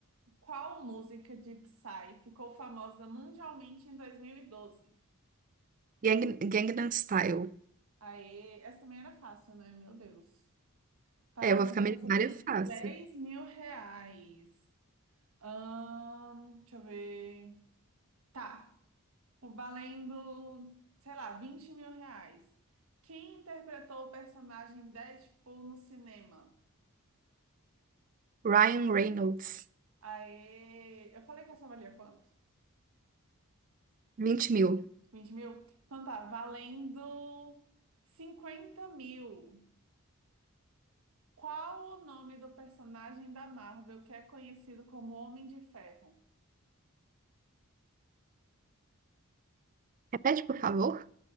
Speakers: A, on the right (about 65°); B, on the right (about 35°).
A: Qual música de Psy ficou famosa mundialmente em 2012?
B: Gang, Gangnam Style.
A: Aê, essa também era fácil, né? Meu Deus. Parabéns,
B: É, eu vou ficar milionária
A: você tem
B: fácil.
A: dez mil reais. Ahn, deixa eu ver. Tá, tô valendo, sei lá, vinte mil reais. Quem interpretou o personagem Deadpool no cinema?
B: Ryan Reynolds,
A: Aê, eu falei que essa valia quanto?
B: Vinte mil.
A: 20 mil? Então tá, valendo 50 mil. Qual o nome do personagem da Marvel que é conhecido como Homem de Ferro?
B: Repete, por favor.